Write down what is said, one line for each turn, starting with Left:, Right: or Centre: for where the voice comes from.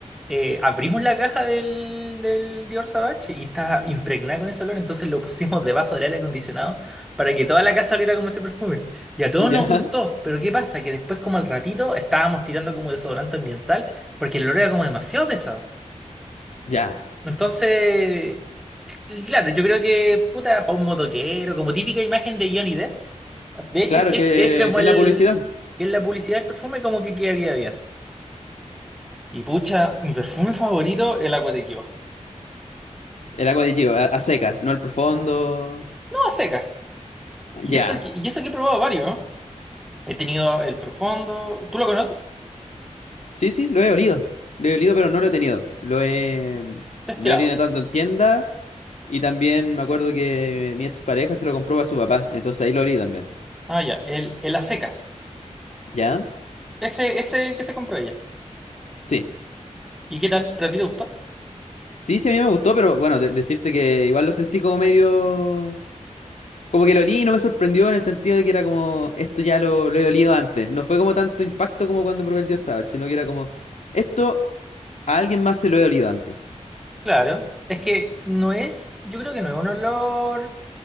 Centre: eh, abrimos la caja del, del Dior Sauvage y estaba impregnada con ese olor, entonces lo pusimos debajo del aire acondicionado para que toda la casa oliera como ese perfume. Y a todos
Left: ¿Ya?
Centre: nos gustó, pero ¿qué pasa? Que después, como al ratito, estábamos tirando como desodorante ambiental porque el olor era como demasiado pesado.
Left: Ya.
Centre: Entonces, claro, yo creo que, puta, para un motoquero, como típica imagen de Johnny Depp. De hecho,
Left: Claro
Centre: que,
Left: que
Centre: es que es como
Left: es
Centre: el...
Left: la publicidad.
Centre: Que es la publicidad del perfume como que quedaría bien. Y pucha, mi perfume favorito es el Agua de Kio.
Left: El agua de Gio, a, a secas, no el profundo.
Centre: No, a secas. Y
Left: Ya.
Centre: eso, que- y eso que he probado varios, ¿no? He tenido el profundo. ¿Tú lo conoces?
Left: Sí, sí, lo he olido. Lo he olido, pero no lo he tenido. Lo he,
Centre: Testeado.
Left: lo he olido tanto en tienda. Y también me acuerdo que mi expareja se lo compró a su papá, entonces ahí lo olí también.
Centre: Ah, ya. El, el a secas.
Left: ¿Ya?
Centre: Ese, ese es el que se compró ella.
Left: Sí.
Centre: ¿Y qué tal? ¿Para ti te gustó?
Left: Sí, sí, a mí me gustó, pero bueno, de- decirte que igual lo sentí como medio... Como que lo olí y no me sorprendió en el sentido de que era como, esto ya lo, lo he olido antes. No fue como tanto impacto como cuando probé el Dios Savage, sino que era como, esto a alguien más se lo he olido antes.
Centre: Claro. Es que no es. Yo creo que no es un olor